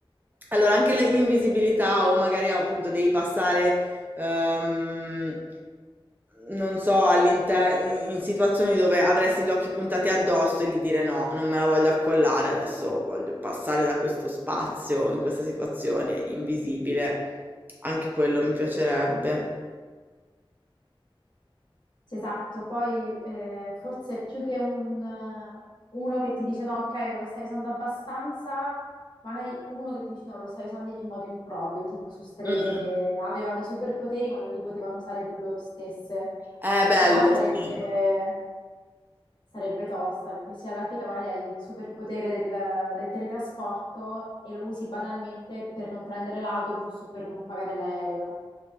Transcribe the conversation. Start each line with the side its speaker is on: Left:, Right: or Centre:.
Right: Allora, anche le- l'invisibilità o magari appunto devi passare ehm, non so, all'interno in in situazioni dove avresti gli occhi puntati addosso e gli dire no, non me la voglio accollare adesso, voglio passare da questo spazio in questa situazione invisibile. Anche quello mi piacerebbe.
Left: Sì, esatto, poi eh, forse più che un, eh, uno che ti dice no, ok, non lo stai usando abbastanza, magari uno che ti dice no, lo stai usando in modo improprio, tipo su streghe
Right: Mm.
Left: che avevano i superpoteri ma non li potevano usare per loro stesse.
Right: È bello,
Left: Là sarebbe,
Right: sì.
Left: sarebbe tosta, perché se alla fine magari hai il superpotere del, del teletrasporto e lo usi banalmente per non prendere l'autobus o per non pagare l'aereo.